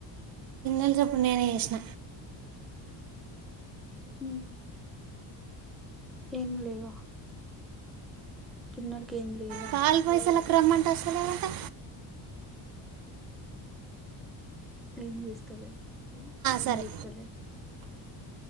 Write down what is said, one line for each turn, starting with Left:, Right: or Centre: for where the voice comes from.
Right: నిజం నేనే ఏసిన
Centre: ఉమ్ ఏం లేవ తిన్నర్ ఇంకేం లేవ
Right: పాలు పైసలకు
Centre: ఉమ్
Right: రమ్మంటే అసలు ఏమంటే
Centre: ఏం చేస్తలే ఏం
Right: సరే
Centre: చేస్తలే